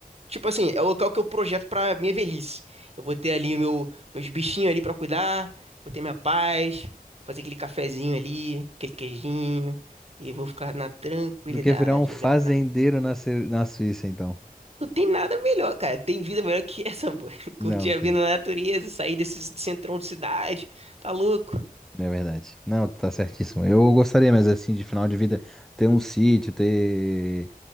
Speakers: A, on the right (about 40°); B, in the centre.
A: Tipo assim, é o local que eu projeto pra minha velhice. Eu vou ter ali o meu, meus bichinhos ali pra cuidar, vou ter minha paz, fazer aquele cafezinho ali, aquele queijinho, e vou ficar na tranquilidade,
B: Do que virar um fazendeiro
A: olhando pra... mim.
B: na, Sui- na Suíça, então.
A: Não tem nada melhor, cara. Tem vida melhor que essa, pô. <laughs>
B: Não
A: Curtir
B: tem.
A: a vida na natureza, sair desse centrão de cidade, tá louco?
B: É verdade. Não, tu tá certíssimo. Eu gostaria, mas assim, de final de vida, ter um sítio, ter.